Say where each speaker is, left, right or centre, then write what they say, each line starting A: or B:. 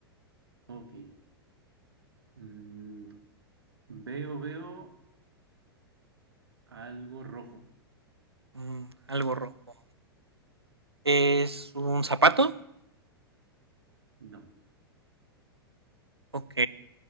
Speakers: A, on the right; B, on the right.
A: Ok. Mm, veo, veo. Algo rojo.
B: Mm, algo rojo. ¿Es un zapato?
A: No,
B: Ok.